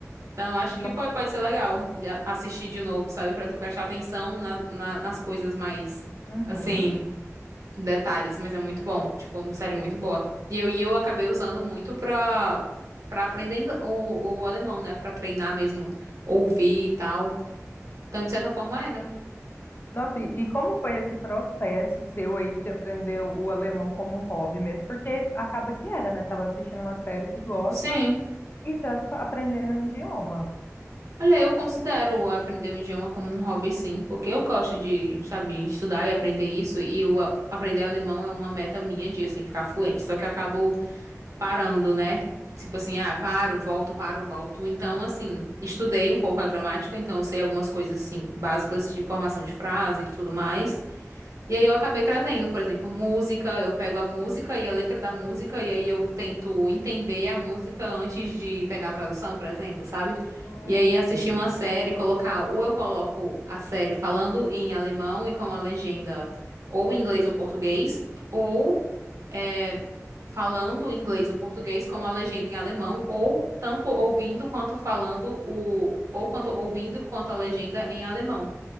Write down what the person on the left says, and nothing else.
No-
Uhum.
Nossa, e, e como foi esse processo seu aí de aprender o alemão como hobby mesmo? Porque acaba que era, né? Tava assistindo uma série que gosta
e já fa- aprendendo um idioma.
Hum,
sei.